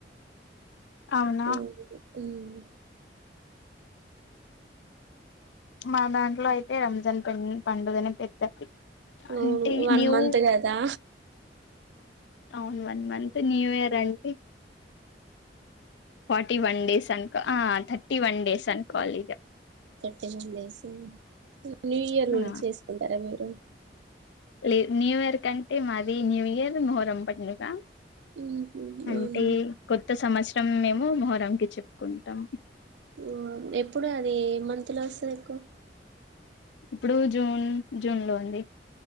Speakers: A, on the left; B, on the right.
A: అవునా
B: మ్
A: మా దాంట్లో అయితే రంజాన్ పండుగనే పెద్దది అంటే
B: అవును వన్
A: న్యూ
B: మంత్ కదా
A: అవును వన్ మంత్ న్యూ యరా అండి ఫార్టీ వన్ డేస్ అనుకో ఆహ థర్టీ వన్ డేస్ అనుకోవాలి ఇగ
B: ఏముందే సు న్యూ ఇయర్ గూడా
A: ఆ
B: చేసుకుంటారా మీరు
A: లే న్యూ ఇయర్ కంటే మాది న్యూ ఇయర్ మొహరం పండుగ
B: ఊహూ
A: అంటే
B: అవునా
A: కొత్త సంవత్సరం మేము మొహరం కి చెప్పుకుంటాం
B: ఓ ఎప్పుడు అది ఏ మంత్ లో వస్తది ఎక్కువ
A: ఇప్పుడు జూన్ జూన్ లో అండి